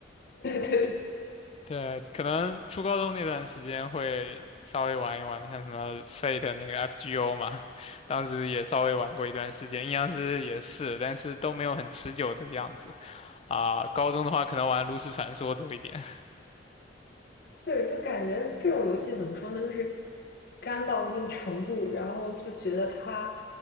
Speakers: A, on the left; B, on the left.
A: <laughs> 对对。
B: 对，可能初高中那段时间会稍微玩一玩，像什么 Fate 那个 FGO 嘛，<laughs> 当时也稍微玩过一段时间，阴阳师也是，但是都没有很持久这个样子。啊，高中的话可能玩炉石传说多一点，
A: 对，就感觉这种游戏怎么说呢，就是干到一定程度，然后就觉得它